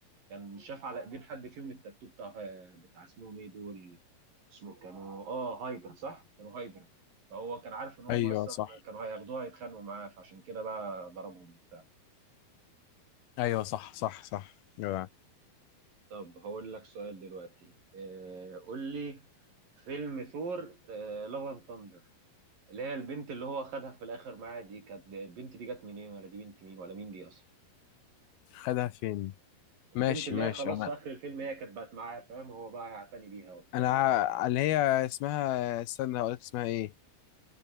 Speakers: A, on the right; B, on the left.
A: كان شاف على ايدين حد فيهم التاتو بتاع آه، بتاع اسمهم ايه دول اسمه كانوا اه هايدرا صح كانوا هايدرا فهو كان عارف ان هم
B: ايوه
A: اصلا
B: صح
A: كانوا هياخدوها يتخانقوا معاه فعشان كده بقى ضربهم وبتاع
B: ايوه صح صح صح جدع
A: طب هقول لك سؤال دلوقتي آه قول لي فيلم ثور آه لاف اند ثاندر اللي هي البنت اللي هو خدها في الاخر معاه دي كانت البنت دي جت منين ولا دي بنت مين ولا مين دي اصلا
B: خدها فين ماشي
A: البنت اللي
B: ماشي
A: هي خلاص
B: انا
A: في اخر الفيلم هي كانت بقت معاه فاهم هو بقى هيعتني بيها وبتاع
B: انا ع- اللي هي اسمها استنى هقول لك اسمها ايه